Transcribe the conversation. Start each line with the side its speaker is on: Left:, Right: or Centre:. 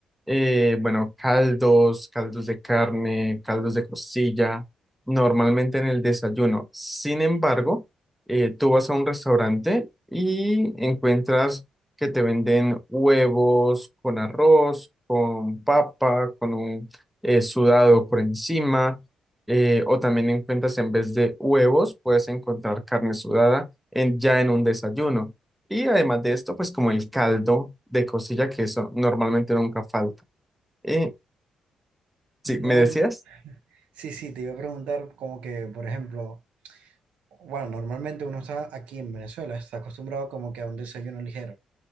Centre: eh, bueno, caldos, caldos de carne, caldos de costilla, normalmente en el desayuno. Sin embargo, eh, tú vas a un restaurante y encuentras que te venden huevos con arroz, con papa, con un eh, sudado por encima eh, o también encuentras en vez de huevos, puedes encontrar carne sudada en, ya en un desayuno. Y además de esto, pues como el caldo de costilla, que eso normalmente nunca falta. Eh, sí,
Right: No,
Centre: ¿me decías?
Right: no- sí, sí, te iba a preguntar como que, por ejemplo, bueno, normalmente uno está aquí en Venezuela, está acostumbrado como que a un desayuno ligero.